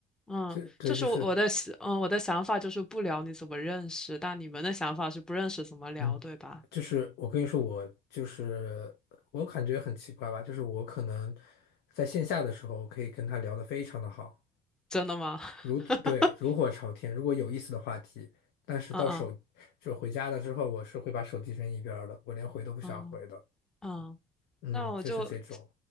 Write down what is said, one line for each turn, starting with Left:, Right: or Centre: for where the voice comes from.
Centre: 嗯，
Left: 就对，
Centre: 就是我我的想嗯我的想法就是不聊你怎么认识，
Left: 就是。
Centre: 但你们的想法是不认识怎么聊，
Left: 嗯。
Centre: 对吧？
Left: 就是我跟你说，我就是我感觉很奇怪吧，就是我可能在线下的时候可以跟他聊得非常的好，
Centre: 真的吗？
Left: 如对如火朝天，
Centre: <laughs>
Left: 如果有意思的话题，但是到手就回家了之后，
Centre: 嗯嗯
Left: 我是会把手机扔一边儿的，我连回都不想回的，
Centre: 嗯嗯，
Left: 嗯，
Centre: 那我就，
Left: 就是这种，